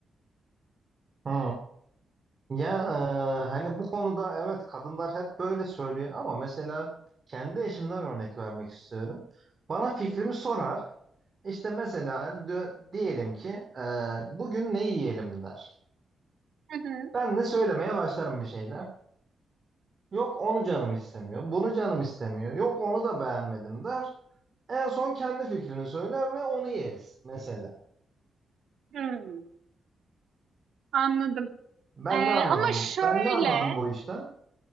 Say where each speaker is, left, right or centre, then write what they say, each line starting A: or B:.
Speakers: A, on the right (about 35°); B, on the right (about 70°).
A: Hı. Ya e, hani bu konuda evet kadınlar hep böyle söylüyor ama mesela kendi eşimden örnek vermek istiyorum. Bana fikrimi sorar. İşte mesela dö- diyelim ki e, bugün ne yiyelim der.
B: Hı hı.
A: Ben de söylemeye başlarım bir şeyler. Yok onu canım istemiyor, bunu canım istemiyor. Yok onu da beğenmedim der. En son kendi fikrini söyler ve onu yeriz mesela.
B: Hımm, anladım.
A: Ben
B: Eee,
A: ne anladım
B: ama şöyle,
A: bu? Ben ne anladım bu işten?